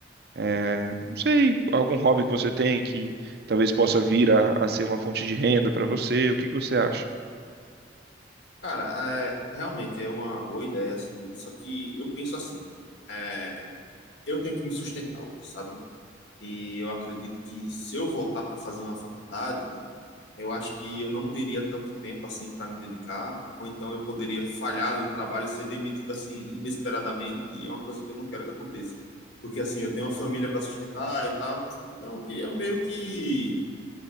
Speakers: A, on the right (about 55°); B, on the left (about 75°).
A: É, não sei, algum hobby que você tem que talvez possa vir a, a ser uma fonte de renda para você, o que que você acha?
B: cara, é, realmente é uma boa ideia, assim, só que eu penso assim, é, eu tenho que me sustentar hoje, sabe? E eu acredito que se eu voltar para fazer uma faculdade, eu acho que eu não teria tanto tempo assim para me dedicar, ou então eu poderia falhar ali no trabalho, ser demitido assim inesperadamente, e é uma coisa que eu não quero que aconteça. Porque assim, eu tenho uma família para sustentar e tal, então eu queria meio que